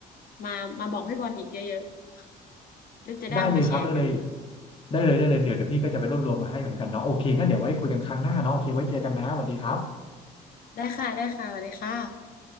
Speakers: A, on the left; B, on the left.
A: มามาบอกพี่บอลอีกเยอะๆแล้วจะได้เอามาแชร์กัน
B: ได้เลยครับได้เลยได้เลยได้เลยเดี๋ยวเดี๋ยวพี่ก็จะไปรวบรวมมาให้เหมือนกันเนาะโอเคงั้นเดี๋ยวไว้คุยกันครั้งหน้าเนาะโอเคไว้เจอกันนะสวัสดีครับ
A: ได้ค่ะได้ค่ะสวัสดีค่ะ